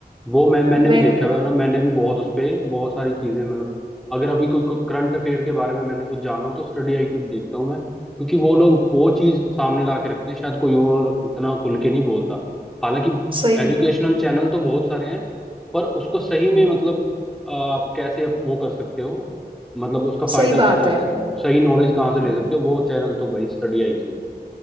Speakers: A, in the centre; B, on the right.
A: वो मैं मैंने
B: मेरे
A: भी देखा है मतलब मैंने भी बहुत उस पे बहुत सारी चीजें मतलब अगर अभी कोई करंट अफेयर के बारे में मैंने कुछ जाना हो तो स्टडी आईक्यू देखता हूँ मैं क्योंकि वो लोग वो चीज सामने ला के रखते हैं शायद कोई और उतना खुल के नहीं बोलता हालांकि
B: सही
A: एजुकेशनल चैनल तो बहुत सारे हैं पर उसको सही में मतलब अ, आप कैसे अप- वो कर सकते हो मतलब उसका फायदा
B: सही
A: कैसे
B: बात
A: ले
B: है
A: सकते हो सही नॉलेज कहाँ
B: हम्म
A: से ले सकते हो वो चैनल तो भाई स्टडी आईक्यू है